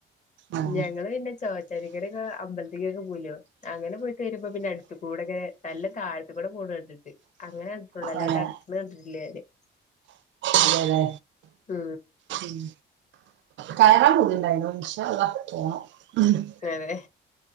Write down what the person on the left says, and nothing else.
ഞങ്ങള് പിന്നെ ചോറ്റാനിക്കര ഒക്ക അമ്പലത്തേക്കൊക്കെ കൂലോ അങ്ങനെ പോയി തരുമ്പോ പിന്നെടുത്ത കൂടെങ്ങെനെ നല്ല താഴത്തി കൂടെ പോൂണ് കണ്ടിട്ട് അങ്ങനെ അടുത്തുനിന്ന്
കണ്ടിട്ടില്ല ഞാൻ <inaudible> <inaudible>
ആ
അതെ